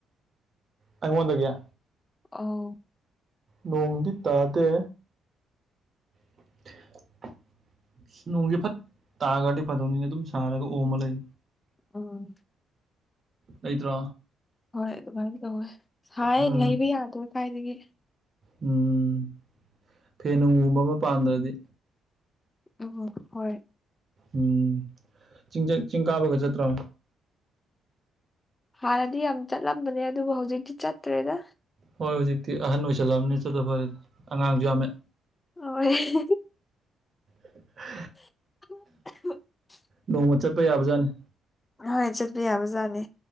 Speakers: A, on the right (about 40°); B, on the left (about 20°).
A: ꯑꯩꯉꯣꯟꯗꯒꯤ
B: ꯑꯧ
A: ꯅꯣꯡꯗꯤ ꯇꯥꯗꯦ <inaudible> ꯅꯣꯡꯁꯦ ꯐꯠ ꯇꯥꯈ꯭ꯔꯗꯤ ꯐꯗꯧꯅꯤꯅꯦ ꯑꯗꯨꯝ ꯁꯥꯔꯒ ꯑꯣꯃ ꯂꯩ
B: ꯑ <unintelligible>
A: ꯂꯩꯇ꯭ꯔꯣ
B: ꯍꯣꯏ ꯑꯗꯨꯃꯥꯏꯅ ꯇꯧꯋꯦ ꯁꯥꯏꯌꯦ
A: ꯎꯝ
B: ꯂꯩꯕ ꯌꯥꯗ꯭ꯔꯦ ꯀꯥꯏꯗꯒꯤ
A: ꯎꯝ ꯐꯦꯟ ꯅꯨꯡꯒꯨꯝꯕ ꯑꯃ ꯄꯥꯟꯗ꯭ꯔꯗꯤ
B: ꯎ <unintelligible> ꯍꯣꯏ
A: ꯎꯝ ꯆꯤꯡ ꯖ ꯆꯤꯡ ꯀꯥꯕꯒ ꯆꯠꯇ꯭ꯔꯣ
B: ꯍꯥꯟꯅꯗꯤ ꯌꯥꯝ ꯆꯠꯂꯝꯕꯅꯦ ꯑꯗꯨꯕꯨ ꯍꯧꯖꯤꯛꯇꯤ ꯆꯠꯇ꯭ꯔꯦꯗ
A: ꯍꯣꯏ ꯍꯧꯖꯤꯛꯇꯤ ꯑꯍꯟ ꯑꯣꯏꯁꯜꯂꯛꯑꯕꯅꯤꯅ ꯆꯠꯠ ꯇ <unintelligible> ꯐꯔꯦ <unintelligible> ꯌꯥꯝꯃꯦ
B: ꯑ <unintelligible> ꯍꯣꯏ
A: <inaudible>
B: <inaudible>
A: ꯅꯣꯡꯃ ꯆꯠꯄ ꯌꯥꯕꯖꯥꯠꯅꯤ
B: ꯍꯣꯏ ꯆꯠꯄ ꯌꯥꯕ ꯖꯥꯠꯅꯤ